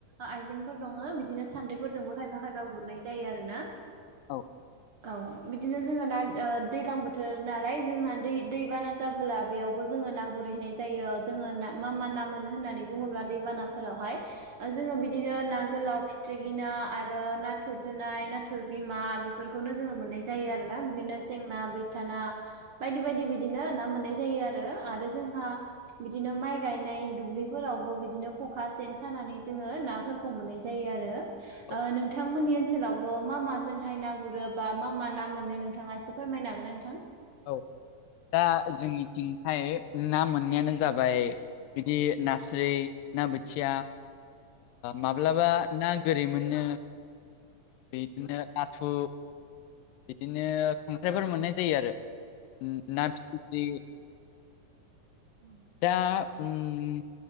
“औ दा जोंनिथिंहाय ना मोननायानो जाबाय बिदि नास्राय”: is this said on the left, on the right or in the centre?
Left